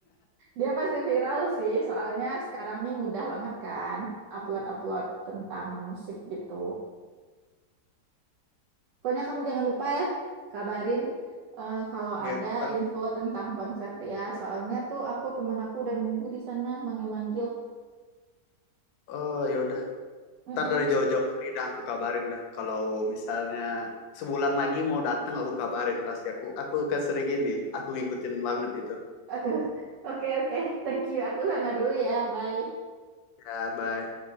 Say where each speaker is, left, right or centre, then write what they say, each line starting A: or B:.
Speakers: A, on the right; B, on the left.
A: Dia pasti viral sih, soalnya sekarang nih mudah banget kan upload-upload tentang musik gitu. Pokoknya kamu jangan lupa ya, kabarin eh, kalau
B: ya
A: ada
B: ntar.
A: info tentang konser dia. Soalnya tuh aku temen aku udah nunggu di sana manggil-manggil.
B: Oh ya udah.
A: Mm-mm.
B: Ntar dari jauh-jauh hari dah aku kabarin dah. Kalau misalnya sebulan lagi mau datang aku kabarin pasti aku aku kan sering ini. Aku ngikutin banget itu.
A: Aduh, oke oke, Thank you. Aku sana dulu ya, bye.
B: Ya bye.